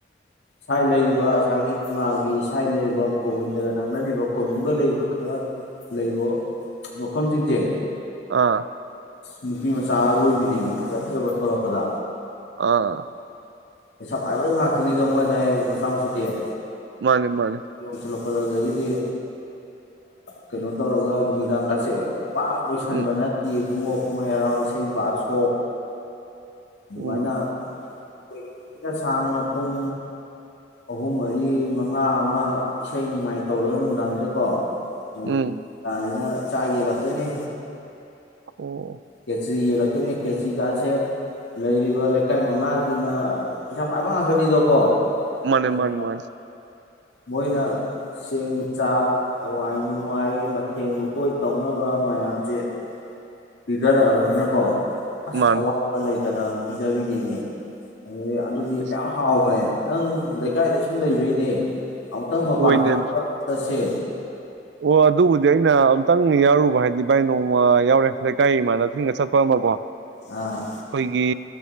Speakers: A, on the left; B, on the right.
A: ꯁꯋꯥꯏ ꯂꯩꯔꯤꯕ ꯉꯁꯥꯏꯒꯤ ꯀꯪꯂꯥꯒꯤ ꯁ꯭ꯋꯥꯥꯏ ꯂꯩꯔꯤꯕ ꯒꯣꯕꯤꯟꯗꯒ ꯅꯪꯅꯔꯤꯕ ꯀꯣꯅꯨꯡꯒ ꯂꯩꯔꯤꯕ ꯈꯔ ꯂꯩꯕ ꯃꯐꯝꯁꯤꯡꯁꯦ
B: ꯑꯥ
A: ꯅꯨꯄꯤ ꯃꯆꯥ ꯑꯔꯣꯏꯕꯤꯅꯦꯕ ꯐꯖ ꯐꯖꯕ ꯊꯂꯛꯄꯗ
B: ꯑꯥ
A: ꯄꯩꯁꯥ ꯄꯥꯏꯕꯗ ꯉꯥꯛꯇꯅꯤꯗꯣ ꯃꯣꯏꯗ ꯑꯩ ꯃꯁꯥ ꯃꯁꯨꯗꯦꯦ
B: ꯃꯥꯅꯦ ꯃꯥꯅꯦ
A: ꯁꯥꯏ ꯐꯗꯒꯤꯗꯤ ꯀꯩꯅꯣ ꯇꯧꯔꯒ ꯅꯨꯃꯤꯗꯥꯡ ꯀꯠꯁꯛꯑꯦ ꯄꯥꯛ ꯂꯣꯏꯁꯟꯕ
B: ꯎꯝ
A: ꯅꯠꯇꯦ ꯏꯕꯨꯡꯉꯣ ꯃꯔꯥꯎꯁꯕꯥꯁ ꯍꯛ ꯑꯗꯨꯃꯥꯏꯅ
B: ꯎꯝ
A: ꯀꯨꯏꯅ ꯁꯥꯡꯅ ꯄꯨꯡ ꯑꯍꯨꯝ ꯃꯔꯤ ꯃꯉꯥ ꯑꯃ ꯏꯁꯩ ꯅꯅꯨꯡꯃꯥꯏ ꯇꯧꯔꯒ ꯅꯨꯡꯗꯥꯡꯁꯤꯗꯀꯣ ꯍ
B: ꯎꯝ
A: ꯀꯥꯗꯅ ꯆꯥꯛ ꯌꯦꯜꯂꯛꯇꯣꯏꯅꯦ
B: ꯑꯣ
A: ꯀꯦꯆꯔꯤ ꯌꯦꯂ ꯑꯩꯈꯣꯏꯅꯦ ꯈꯦꯆꯤ ꯀꯥꯁꯦ ꯂꯩꯔꯤꯕ ꯂꯩꯀꯥꯏ ꯃꯉꯥꯁꯤꯅ ꯄꯩꯁꯥ ꯃꯥꯏꯕꯥꯛ ꯉꯥꯛꯇꯅꯤꯗꯣꯀꯣ
B: ꯃꯥꯅꯦ
A: ꯑꯗꯨ
B: ꯃꯥꯅꯤ ꯃꯥ
A: ꯃꯣꯏꯅ ꯆꯦꯡ ꯆꯥꯛ ꯍꯋꯥꯏ ꯅꯨꯡꯉꯏ ꯃꯊꯦꯜ ꯃꯨꯀꯣꯏ ꯇꯧꯅꯕ ꯃꯌꯥꯝꯁꯦ ꯄꯤꯗꯔꯑꯕꯅꯤꯅꯀꯣ ꯑꯁ
B: ꯃꯥꯅꯦ
A: ꯑꯋꯥ ꯇꯅꯥ ꯄꯤꯗꯕꯤꯅꯦꯃꯦ ꯑꯗꯨꯗꯤ ꯑꯗꯨꯗꯤ
B: ꯏꯁ
A: ꯀꯌꯥꯝ ꯍꯥꯎꯈ꯭ꯔꯦ ꯅꯪ ꯂꯩꯀꯥꯏꯗ ꯁꯨꯝ ꯂꯩꯕꯩꯅꯦ ꯑꯃꯨꯛꯇꯪ ꯃꯄꯥꯟ
B: ꯑꯣꯏꯅꯦ
A: ꯊꯣꯛꯑꯒ ꯆꯠꯁꯦ
B: ꯑꯣ ꯑꯗꯨꯕꯨꯗꯤ ꯑꯩꯅ ꯑꯝꯇꯪ ꯌꯥꯎꯔꯨꯕ ꯍꯥꯏꯗꯤ ꯚꯥꯏ ꯅꯣꯡꯃ ꯌꯥꯎꯔꯦ ꯂꯩꯀꯥꯏ ꯏꯃꯥꯟꯅꯕꯁꯤꯡꯒ ꯆꯠꯄ ꯑꯃꯀꯣ ꯑꯩꯈꯣꯏꯒꯤ
A: ꯑꯥ